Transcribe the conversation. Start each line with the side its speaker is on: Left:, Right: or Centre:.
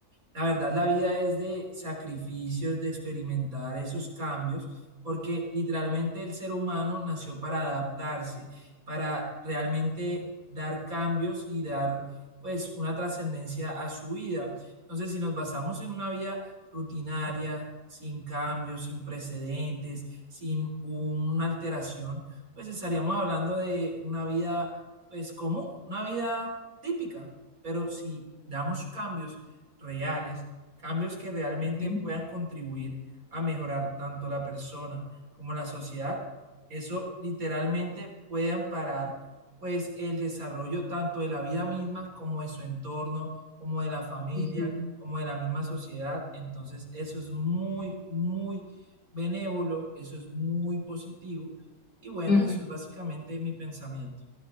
Right: La verdad, la vida es de sacrificios, de experimentar esos cambios, porque literalmente el ser humano nació para adaptarse, para realmente dar cambios y dar pues una trascendencia a su vida. Entonces, si nos basamos en una vida rutinaria, sin cambios, sin precedentes, sin una alteración, pues estaríamos hablando de una vida pues común, una vida típica, pero si damos cambios, reales, cambios que realmente
Left: Ujú,
Right: puedan contribuir a mejorar tanto la persona como la sociedad, eso literalmente puede amparar pues el desarrollo tanto de la vida misma como de su entorno, como de la familia,
Left: ujú,
Right: como de la misma sociedad. Entonces, eso es muy, muy benévolo, eso es muy positivo. Y bueno,
Left: ujú.
Right: eso es básicamente mi pensamiento.